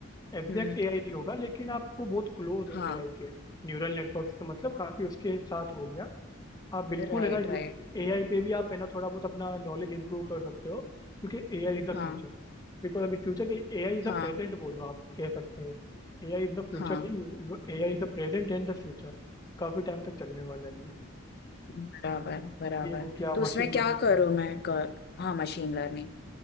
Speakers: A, on the left; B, on the left.
A: एग्जैक्ट
B: हम्म
A: एआई नहीं होगा लेकिन आपको बहुत क्लोज हो
B: हाँ
A: एआई के न्यूरल नेटवर्क से मतलब काफी उसके साथ हो गया आप बिल्कुल
B: Right
A: है ना
B: right
A: एआई पे भी आप है ना थोड़ा बहुत अपना नॉलेज इंप्रूव कर सकते हो क्योंकि AI is the
B: हाँ
A: future Because अभी फ्यूचर के एआई इज
B: हाँ
A: द प्रेजेंट बोलो आप कह सकते हो एआई इज द फ्यूचर
B: हाँ
A: नहीं AI is the present and the future काफी टाइम तक चलने वाला है ये
B: बराबर बराबर
A: ये हो गया
B: तो उसमें
A: मशीन
B: क्या
A: लर्निंग
B: करूँ
A: हो गया
B: मैं कर, हाँ मशीन लर्निंग